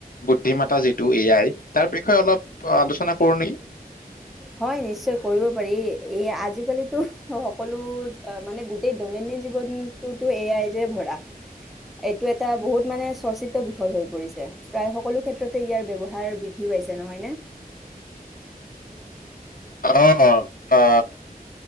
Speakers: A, on the left; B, in the centre.
A: বুদ্ধিমতা যিটো এ আই তাৰ বিষয়ে অলপ আলোচনা কৰো নেকি
B: হয় নিশ্চয় কৰিব পাৰি এ আজিকালিতো সকলো অ', মানে গোটেই দৈনন্দিন জীৱনটোতো এ আইৰে ভৰা। এইটো এটা বহুত মানে চৰ্চি ত হৈ পৰিছে। প্ৰায় সকলো ক্ষেত্ৰতে ইয়াৰ ব্যৱহাৰ বৃদ্ধি পাইছে, নহয়নে? <inaudible>
A: অ অ,